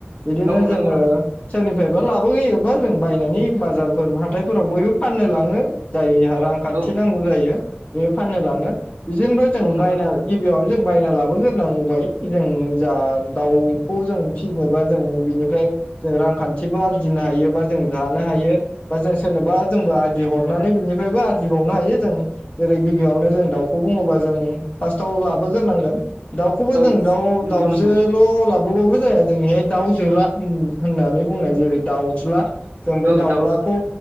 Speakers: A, on the left; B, on the right.
A: बिदिनो
B: औ
A: जोङो
B: नंगौ नोंथां
A: सोरनिफ्राय लाबोयोबा जों बायनानै बाजार हाथायफोराव बयबो फाननो लाङो। हो जायहा रांखान्थि
B: औ
A: नांगौ जायो। बेयो फाननो लाङो। बिदिनिफ्राय जों
B: औ नंगौ
A: बायना
B: नोंथां
A: गिबियावनो जों बायना लाबोग्रोनांबाय जों जा दाउखौ जों फिसिनोबा जों बिनिफ्राय जों रांखान्थिबो आरजिनो हायो। जों जानो हायो बा जों सोरनोबा जोंबोदि ह थनानै बिनिफ्रायबो आरजिबावनो हायो जों जेरै गिबियावनो जों दाउखौ बुङोबा जों फार्स्टआव लाबोग्रोनांगोन। दाउखौबो
B: औ
A: जों दाउ
B: नंगौ
A: दाउजोल
B: नंगौ
A: लाबो बौबाबो जाया जोंनिहाय दाउ जोला होननानै बुंनाय जेरै दाउज्ला जों बे
B: औ
A: दाउलाखौ
B: दाउज्ला